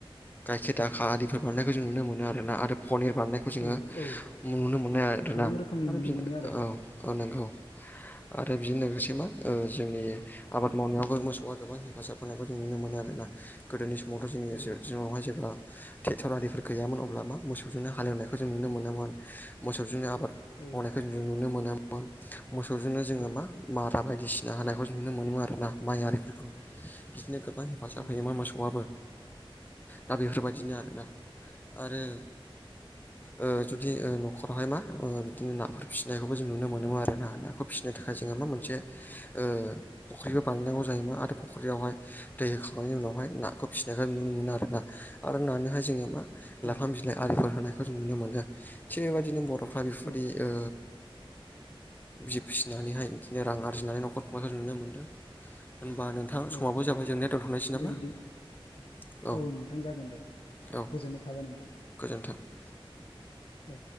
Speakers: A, on the left; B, on the left.
A: गायखेर दाखा आरिफोर बानायनायखौ जों नुनो मोनो आरोना आरो पनिर बानायनाय खौ जोङो
B: औ औ
A: नुनो मोनो आरोना
B: गोबां रोखोमनि
A: आरो
B: नुनो
A: बिदिनो
B: मोनो आरो
A: औ औ नंगौ। आरो बिजों लोगोसे मा ओ जोंनि आबाद मावनायावबो मोसौआ गोबां हेफाजाब होनायखौ जों नुनो मोनो आरोना। गोदोनि समावथ' जोङो
B: औ
A: जोंनावहाय जेब्ला ट्रेक्टर आरिफोर गैयामोन अब्ला मा मोसौजोंनो हालेवनायखौ जों नुनो मोनोमोन मोसौजोंनो आबाद
B: औ
A: मावनायखौ जों नुनो मोनोमोन मोसौजोंनो जोङो
B: औ
A: मा मारा बायदिसिना होनायखौ नुनो मोनोमो आरो ना माइ आरिफोरखौ। बिदिनो गोबां हेफाजाब
B: औ
A: होयोमोन मोसौआबो दा बेफोरबायदिनो आरोना। आरो ओ जुदि न'खरावहाय मा ओ बिदिनो नाफोर फिसिनायखौबो जों नुनो मोनोमोन आरो ना नाखौ फिसिनाय नो थाखाय जोङो मा मोनसे
B: औ नोंथां
A: ओ फख्रिबो बानायनांगौ जायोमोन आरो फख्रियावहाय दै होखांनायनि उनावहाय नाखौ फिसिनायखौ नुनो मोनो आरोना। आरो नानोहाय जोङो मा
B: औ
A: लाफा बिलाइ आरिफोर होनायखौ जों नुनो मोनो थिग बेबायदिनो बर' फारि
B: औ
A: फारि ओ
B: <unintelligible>
A: जि फिसिनानैहाय बिदिनो रां आरजिनानै न'खर खुंनायखौ नुनो मोनदों होनबानो नोंथां
B: औ
A: समाबो जाबाय जोंनि दोनथ'नोसै नामा
B: दे बिदि
A: औ।
B: औ नोंथां जागोन दे
A: औ
B: गोजोननाय थाबाय नोंथां।
A: गोजोन्थों।
B: औ।